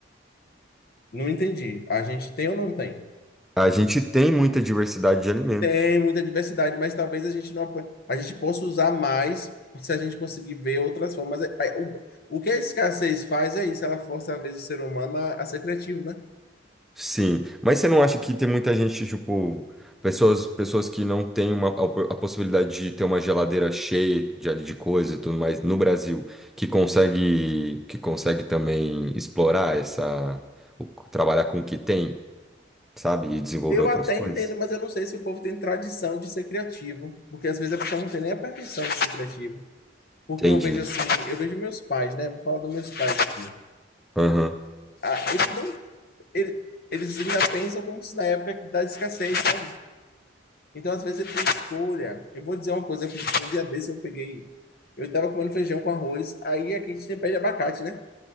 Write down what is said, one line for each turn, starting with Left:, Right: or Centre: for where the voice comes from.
Left: Não entendi. A gente tem ou não tem?
Centre: A gente tem muita diversidade de alimentos.
Left: Tem muita diversidade, mas talvez a gente não apro- a gente possa usar mais se a gente conseguir ver outras formas. É, é, O, o que a escassez faz é isso, ela força às vezes o ser humano a, a ser criativo, né?
Centre: Sim, mas você não acha que tem muita gente, tipo, pessoas, pessoas que não têm uma, a, opor- a possibilidade de ter uma geladeira cheia de, de coisa e tudo mais no Brasil, que consegue, que consegue também explorar essa, o- trabalhar com o que tem, sabe? E desenvolver
Left: Eu
Centre: outras
Left: até
Centre: coisas?
Left: entendo, mas eu não sei se o povo tem tradição de ser criativo, porque às vezes a pessoa não tem nem a permissão de ser criativo. Porque
Centre: Entendi.
Left: eu vejo assim, eu vejo meus pais, né? Vou falar dos meus pais aqui.
Centre: Aham,
Left: Ah, eles não, ele- eles ainda pensam como se na época da escassez, sabe? Então às vezes ele tem escolha. Eu vou dizer uma coisa, eu fiz um dia desse, eu peguei, eu tava comendo feijão com arroz, aí aqui a gente tem pé de abacate, né?